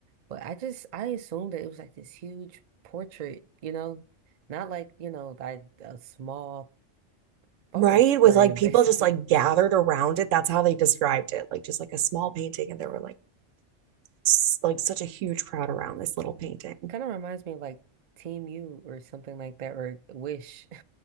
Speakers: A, on the right; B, on the right.
A: But I just I assumed that it was like this huge portrait, you know, not like, you know, like a small photo
B: right with
A: frame,
B: like people
A: <laughs> basically.
B: just like gathered around it that's how they described it like just like a small painting and there were like s- like such a huge crowd around this little painting
A: Kind of reminds me of like Team U or something like that, or Wish. <laughs>